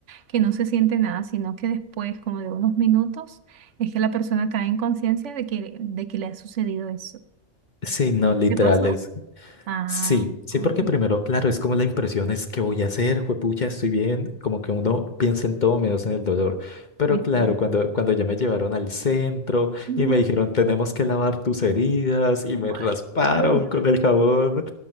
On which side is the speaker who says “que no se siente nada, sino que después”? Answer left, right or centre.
Right